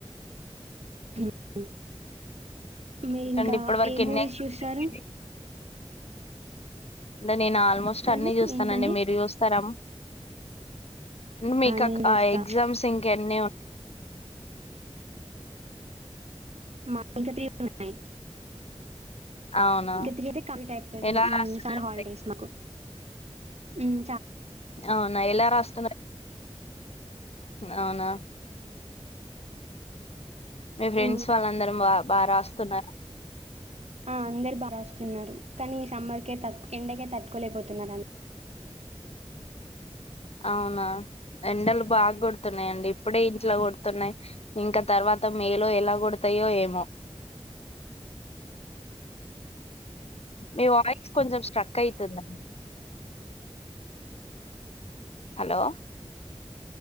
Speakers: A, on the right (about 75°); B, on the left (about 70°).
A: ఉ హు మీరి
B: ఎందుకండి
A: ఇంక
B: ఇప్పటి వరకు
A: ఏ
B: ఎన్ని
A: మూవీస్ చూస్తారు
B: అయిపోయినయి? అంటే నేను ఆల్మోస్ట్
A: ఆ
B: అన్ని
A: అండి
B: జూస్తానండి
A: ఏంటండి
B: మీరు చూస్తారమ్ మీక్కాక్
A: నేను చూస్తా
B: ఆ ఎగ్జామ్స్ ఇంక ఎన్ని ఉ
A: మా ఇంకా త్రీ ఉన్నయ్
B: అవునా
A: ఇక త్రీ అయితే కంప్లీట్ అయిపోతాది
B: ఎలా
A: ఇక
B: రాస్తున్నారు
A: సమ్మర్ హాలిడేస్
B: మరి
A: మాకు మ్
B: అవున ఎలా రాస్తున్నారు అవున మీ ఫ్రెండ్స్
A: ఆ!
B: వాళ్ళందరం బా బారాస్తున్నారు
A: ఆ అందరు బారాస్తున్నారు కానీ సమ్మర్కే త ఎండకే తట్టుకోలేకపోతున్నారు
B: అవునా ఎండలు బాగా గొడుతున్నాయిండి ఇప్పుడే ఇంట్లో కొడుతున్నాయి ఇంక తర్వాత మేలో ఎలా కొడతాయో ఏమో మీ వాయిస్ కొంచెం స్ట్రక్ అయితుందండి హలో